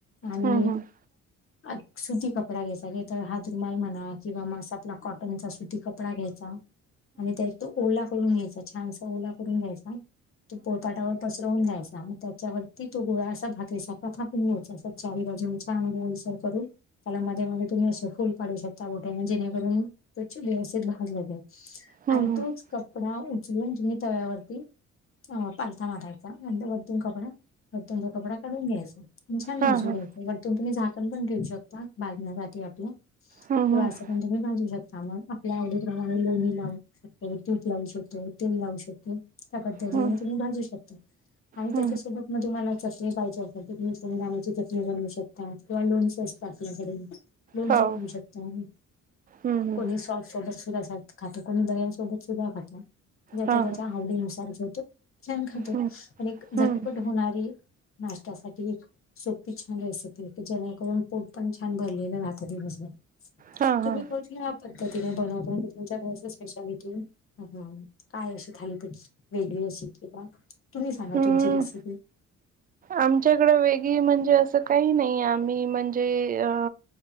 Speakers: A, on the left; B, on the right.
A: आणि
B: हं हं हं हं हं हं हं हं
A: <unintelligible> सुती कपडा घ्यायचा तर हात रमाल म्हणा किंवा म आपला <unintelligible> कॉटनचा सुती कपडा घ्यायचा आणि त्यात तो ओला करून घ्यायचा छानसा ओला करून घ्यायचा तो पोरपाटावर पसरवून जा्यायचा मग त्याच्यावरती तो गोळा असा भाकरीसारखा का अस चारी भाजी म छान ओलसर करून त्याला मध्ये मध्ये तुम्ही अस फुल काढू शकता गोठ्या <unintelligible> जेणेकरून त व्यवस्थित भाजल गेल
B: हं हं
A: आणि
B: हं हं
A: तोच क कपडा उचलून तुम्ही तव्यावरती पालता माराय वरतून कपडा वरतून तो कपडा काढून घ्यायचा छान
B: हां
A: बाजू
B: हां
A: घ्यायच वरतून तुम्ही झाकण पण ठेऊ शकता भाजण्यासाठी आपलं
B: ह हा
A: <unintelligible> भाजु शकता मग आपल्या आवडीप्रमाणे लोणी लावून तूप लावू शकतो तेल लावू शकतो त्या पद्धतीने
B: हं हं
A: तुम्ही भाजू शकता आणि
B: हं
A: त्याच्यासोबत म <unintelligible> तुम्हाला चचणी पाहिज असेल तुम्ही कोमी दमाची चटणी बनउ शकता किंवा लोन्स असतात आपल्याकडे लोनच
B: हो
A: करू शकता
B: हं हं
A: कोणी सॉर <unintelligible> सुधा असात खातो कोणी दयासोबत सुद्धा खाता ज्याच्या
B: हां
A: त्याच्या
B: हां
A: आवडीनुसार ज्युतो छान खातो
B: हं
A: पण एक
B: हम्म
A: झटपट होणारी नाश्त्यासाठी एक सोपी छान दिसते जेणेकरून पोट पण छान भरलेलं राहत दिवसभर
B: हा हा
A: तुम्ही कठली ह्या पद्धतीने बनवता म्हणज <unintelligible> तुमच्याकच स्पेशालिटी ह काय अशी थालीपीठ वेगळी अशी कि ब तुम्ही सांगा
B: हम्म
A: तुमची रेसिपी
B: आमच्याकडे वेगळी म्हणजे असं काही नाही आम्ही म्हणजे अ